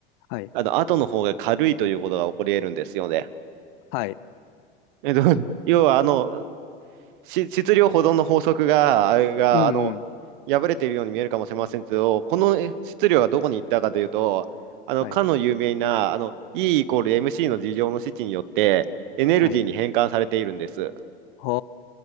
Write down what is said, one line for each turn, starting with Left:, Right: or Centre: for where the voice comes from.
Left: はい、
Right: あの、後の方が軽いということが起こり得るんですよね。
Left: はい、
Right: えっと、<laughs> 要は、あの、し質量保存の法則が、あが、
Left: うん、
Right: あの、
Left: うん、
Right: 破れているように見えるかもしれませんけど、このえ質量がどこに行ったかというと、あの、
Left: はい、
Right: かの有名な、あの、E イコール MC の事情の式によって、エネルギーに変換されているんです。
Left: はい、ほ